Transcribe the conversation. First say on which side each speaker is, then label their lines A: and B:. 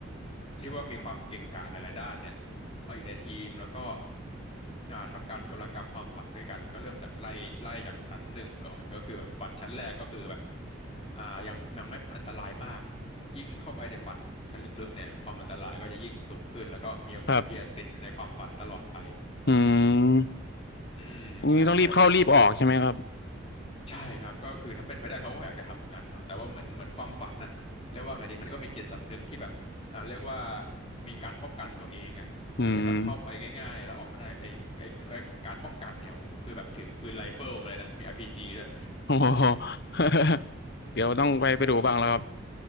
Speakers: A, on the left (about 30°); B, on the left (about 55°).
A: เรียกว่ามีความเก่งกาจหลายๆด้านเนี่ย มาอยู่ในทีมแล้วก็อ่าทำการโจรกรรมความฝันด้วยกันก็เริ่มจากไล่ไล่จากชั้นหนึ่งก่อนก็คือแบบฝันชั้นแรกก็คือแบบอ่ายังยังไม่อันตรายมากยิ่งเข้าไปในฝันชั้นลึกๆเนี่ยความอันตรายก็จะยิ่งสูงขึ้นแล้วก็มีโอกาสที่จะติดอยู่ในความฝันตลอดไป
B: ครับอืม
A: อืมใช่ใช่ใช่
B: นี่ต้องรีบเข้ารีบออกใช่ไหมครับ
A: ใช่ครับก็คือถ้าเป็นไปได้เขาก็อยากจะทำเหมือนกั้นเนาะแต่ว่าเหมือนเหมือนความฝันน่ะเรียกว่าไงดีมันก็มีจิตสำนึกที่แบบอ่าเรียกว่ามีการป้องกันตัวเองอ่ะไม่ใช่แบบเข้าไปง่ายๆแล้วออกมาได้ไอ้ไอ้ไอ้การป้องกันเนี่ยโโหคือแบบถือปืนไรเฟิลมาเลยนะมีอาร์พีจีด้วย
B: อืมโอ้โห <laughs> เดี๋ยวต้องไปไปดูบ้างแล้วครับ
A: <laughs> เรียกว่า